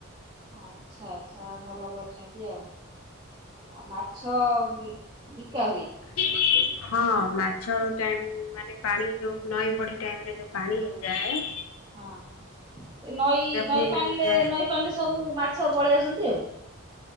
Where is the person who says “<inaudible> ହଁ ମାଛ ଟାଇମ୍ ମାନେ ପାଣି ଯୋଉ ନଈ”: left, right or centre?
Left